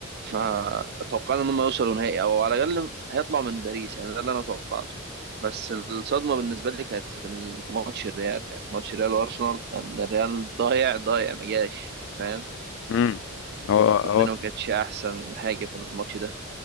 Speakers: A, on the right; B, on the left.
A: فتوقعنا إنهم يوصلوا نهائي أو على الأقل هيطلعوا من باريس يعني ده اللي أنا توقعته بس الصدمة بالنسبة لي كانت في ال- في ماتش الريال يعني ماتش الريال وأرسنال كان الريال ضايع ضايع ما جاش فاهم
B: امم هو
A: فالدنيا
B: هو ف-
A: ما كانتش أحسن حاجة في الماتش ده